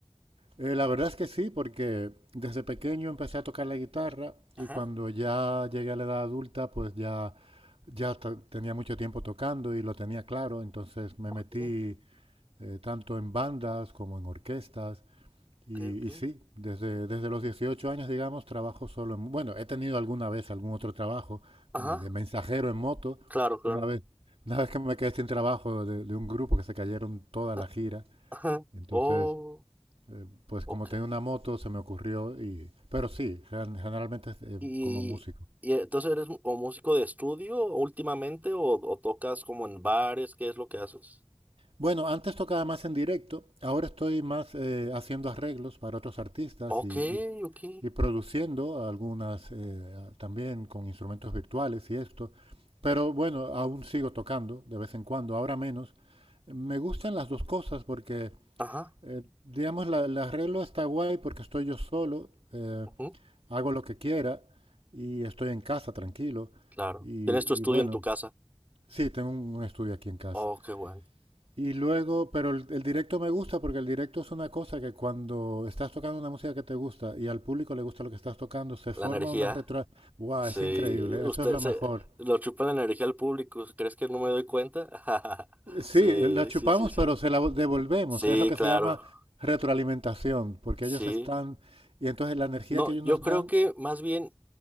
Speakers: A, on the right (about 80°); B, on the right (about 15°).
A: Eh, la verdad es que sí, porque desde pequeño empecé a tocar la guitarra
B: Ajá.
A: y cuando ya llegué a la edad adulta, pues ya, ya ta- tenía mucho tiempo tocando y lo tenía claro, entonces me
B: Ok,
A: metí eh, tanto en bandas como en orquestas Y,
B: ok, ok.
A: y sí, desde, desde los 18 años, digamos, trabajo solo en... Bueno, he tenido alguna vez algún otro trabajo
B: Ajá,
A: eh, de mensajero en moto.
B: claro, claro.
A: Una vez, una vez que me quedé sin trabajo de, de un grupo que se cayeron toda
B: Ah,
A: la gira.
B: Ajá.
A: Entonces,
B: Oh,
A: eh, pues
B: ok.
A: como tenía una moto, se me ocurrió y... Pero sí, gen- generalmente es, eh,
B: ¿Y,
A: como músico.
B: y entonces eres mu- o músico de estudio últimamente o, o tocas como en bares? ¿Qué es lo que haces?
A: Bueno, antes tocaba más en directo, ahora estoy más eh, haciendo arreglos para otros artistas
B: Ok,
A: y, y-
B: ok.
A: y produciendo algunas eh, a- también con instrumentos virtuales y esto, pero bueno, aún sigo tocando de vez en cuando, ahora menos. Me gustan las dos cosas porque,
B: Ajá,
A: eh, digamos, la, el arreglo está guay porque estoy yo solo, eh,
B: ujú,
A: hago lo que quiera y estoy en casa tranquilo
B: claro.
A: y,
B: Tienes tu estudio
A: y bueno,
B: en tu casa.
A: sí, tengo un un estudio aquí en casa.
B: Oh, qué bueno.
A: Y luego, pero el, el directo me gusta porque el directo es una cosa que cuando estás tocando una música que te gusta y al público le gusta lo que estás tocando, se
B: La
A: forma
B: energía.
A: una retro... ¡Wow!
B: Sí,
A: Es increíble,
B: usted
A: eso es lo
B: se
A: mejor.
B: lo chupa la energía al público. ¿Crees que no me doy cuenta? <laughs>
A: Eh, Sí,
B: Sí,
A: la chupamos,
B: sí, sí, sí.
A: pero se la vo- devolvemos.
B: Sí,
A: Es lo que
B: claro.
A: se llama retroalimentación, porque
B: Sí.
A: ellos están... Y entonces la energía
B: No,
A: que ellos
B: yo
A: nos
B: creo
A: dan
B: que más bien